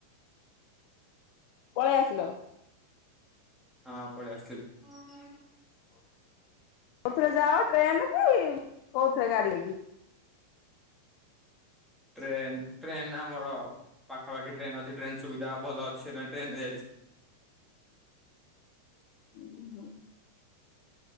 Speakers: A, on the left (about 35°); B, in the centre.
A: ପଳେଇ ଆସିଲ।
B: ହଁ ପଳେଇ ଆସଥିଲୁ।
A: କୋଉଥିରେ ଯାଅ ଟ୍ରେନ୍ କି କୋଉଥିରେ ଗାଡି କରିକି?
B: ଟ୍ରେନ ଟ୍ରେନ ଆମର ପାଖା ପାଖି ଟ୍ରେନ ଅଛି ଟ୍ରେନ ସୁବିଧା ଭଲ ଅଛି ସେଥିପାଇଁ ଟ୍ରେନରେ ଯାଇଚୁ।
A: ହୁଁ ହୁଁ।